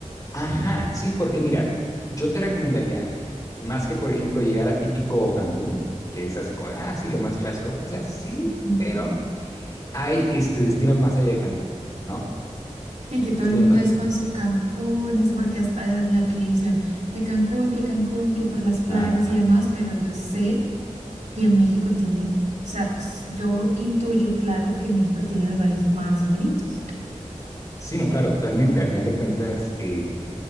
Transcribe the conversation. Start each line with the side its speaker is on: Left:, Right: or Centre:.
Left: Ajá, sí, porque mira, yo te recomendaría, más que por ejemplo llegar a típico Cancún, que es así como, de, ah, sí, lo más clásico, o sea, sí,
Right: Ujú.
Left: pero hay este, destinos más allá de Cancún, ¿no?
Right: Y que todo
Left: Destinos
Right: el mundo
Left: más,
Right: es con su Cancún, eso porque hasta en la televisión, que Cancún, que Cancún, que por las playas
Left: claro, claro.
Right: y demás, pero yo sé que
Left: Ujú.
Right: México tiene, o sea, s- yo intuyo, claro, que México tiene lugares más bonitos.
Left: Sí, no, claro, totalmente, al final de cuentas, eh,